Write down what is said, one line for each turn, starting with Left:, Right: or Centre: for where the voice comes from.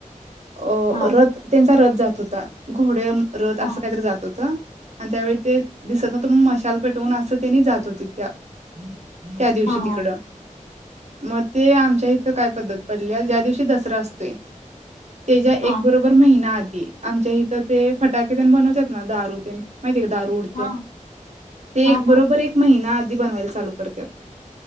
Right: अ
Left: हा
Right: रथ त्यां सरत जात होता. घोडे्या रथ
Left: हा
Right: असं काहीतरी जात होत. आणि त्यावेळी ते दिसत ना त म मशाल पेटवून असं त्यांनी जात होते त्या त्या दिवशी
Left: हा
Right: तिकडं
Left: हा
Right: मग ते आमच्या इथ काय पद्धत पडली ज्या दिवशी दसरा असतोय. त्याच्या
Left: हा
Right: एक बरोबर महिनात आमच्या इथं ते फटाके ते बनवतात ना दारू ते माहि दारू उडत
Left: हा
Right: ते
Left: हा
Right: एक
Left: हा
Right: बरोबर एक महिना बनवायला लू करत